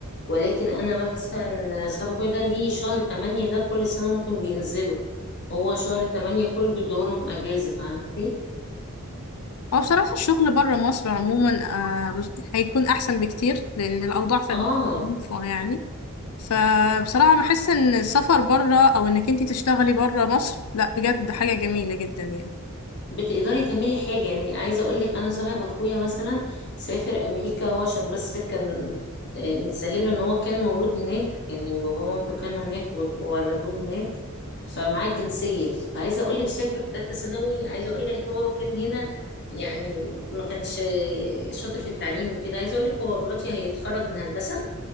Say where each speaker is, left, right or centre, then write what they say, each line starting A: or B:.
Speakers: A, on the left; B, on the left.
A: ولكن انا مثلا صاحب اخويا ده ليه شهر تمانية ده كل سنة ممكن بينزلوا هو شهر تمانية كله بيدولهم اجازة فهمتي
B: هو بصراحه الشغل بره مصر عموما آه بس- هيكون احسن بكتير لان الاوضاع في
A: اه
B: البلد عارفة يعني فبصراحه بحس ان السفر بره او انك انت تشتغلي بره مصر لا بجد حاجه جميله جدا يعني
A: بتقدري تعملي حاجة يعني عايزة أقولك أنا صاحب أخويا مثلا سافر أمريكا هو عشان بس كان آه، متسهل له إن هو كان مولود هناك يعني بابا ومامته كانوا هناك وولدوه هناك فمعاه الجنسية فعايزة أقولك سافر في تالتة ثانوي عايزة أقولك هو كان هنا يعني ما كانش آه، شاطر في التعليم وكده عايزة أقولك هو دلوقتي هيتخرج من هندسة